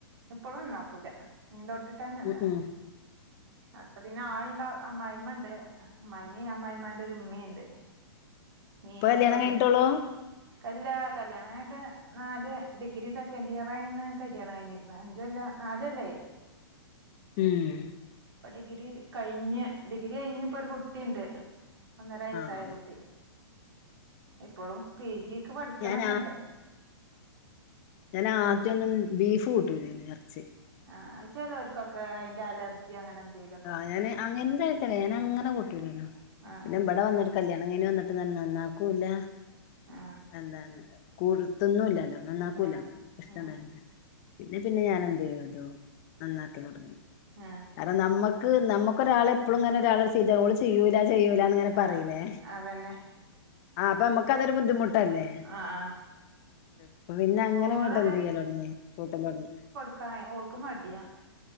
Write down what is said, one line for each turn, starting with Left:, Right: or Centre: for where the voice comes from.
Right: ഇപ്പളും നന്നാക്കൂല മീൻ തൊട്ടിട്ടന്നെ
Left: ഉം
Right: ല്ല
Left: ഉം
Right: അപ്പ പിന്നെ ആള്ണ്ടാ അമ്മായിമണ്ട് അമ്മായിമിം അമ്മായിമാന്റോര് മ്മിണ്ട്. മീനൊക്കൊല്
Left: ഇപ്പൊ കല്യാണം കഴിഞ്ഞിട്ടോള്ളൂ
Right: കല്യാ കല്യാണം കയ്ഞ്ട്ട് നാല് ഡിഗ്രിസെക്കൻഡ്ഇയറെന്ന് കല്ല്യാണം കയ്ഞ്ക്ക്നത് അഞ്ചുല്ലാ നാലൊല്ലായി.
Left: ഉം.
Right: ഇപ്പ ഡിഗ്രി കയിഞ്ഞ് ഡിഗ്രി കയ്ഞ്ഞ് ഇപ്പൊഒരു കുട്ടിണ്ട് ഒന്നര വയസ്സായ
Left: ആഹ്
Right: ഒര് കുട്ടി. ഇപ്പഴും പീജീക്ക് പഠിക്കണക്കണ്ട്.
Left: ഞാൻ ഞാനാആദ്യോന്നും ബീഫ് കൂട്ടൂലായ്ന്ന് എർച്ചി.
Right: ആഹ് അത് ചേലോർക്കൊക്കാ അയ്ന്റെ അലർ ജി അങ്ങനെന്തേലു
Left: ആഹ് ഞാന് <unintelligible> ഞാന അങ്ങനെ കൂട്ടൂലേനൂ
Right: ആ
Left: പിന്നെ ഇബടെ വന്ന്ട്ട് കല്ല്യാണം കയ്ഞ് വന്ന്ട്ട് തന്നെ നന്നാക്കൂല്ല
Right: ആ
Left: എന്താണ് കൂട് തിന്നൂല്ലല്ലോ നന്നാക്കൂല്ല
Right: ആ
Left: ഇഷ്ടണ്ടാര്ന്നില.
Right: ആ
Left: പിന്നെ പിന്നെ ഞാനഎന്തയ്യ്തോ നന്നാക്കലൊടങ്ങി.
Right: ആഹ്.
Left: കാര്ണം നമ്മക്ക് നമ്മക്കൊരാളെ എപ്പളുങ്ങനെ ഒരാള് ചെയ്താ ഓള് ചിയ്യൂലാ ചെയ്യൂലാ ന്ന്ങ്ങനെ പറയിലേ.
Right: ആ അതന്നെ
Left: ആഹ് അപ്പമ്മക്ക് അതൊരു ബുദ്ധിമുട്ടല്ലേ?
Right: ആ ആ
Left: അപ്പ പിന്നെ അങ്ങനെ
Right: ഓള്
Left: ഇങ്ങട്ടെന്തിയ്യലൊടങ്ങി കൂട്ടലോടങ്ങി.
Right: ക്കായ ഓൾക്ക് മടിയാ.